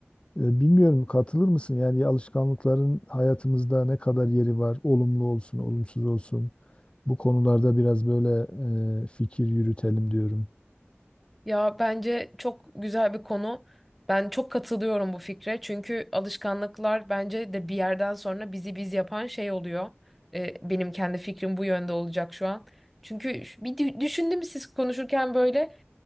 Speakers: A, on the left (about 25°); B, in the centre.
A: E, bilmiyorum katılır mısın? Yani alışkanlıkların hayatımızda ne kadar yeri var, olumlu olsun, olumsuz olsun. Bu konularda biraz böyle e, fikir yürütelim diyorum.
B: Ya bence çok güzel bir konu. Ben çok katılıyorum bu fikre. Çünkü alışkanlıklar bence de bir yerden sonra bizi biz yapan şey oluyor. Ee, benim kendi fikrim bu yönde olacak şu an. Çünkü şu- bir dü- düşündüm siz konuşurken böyle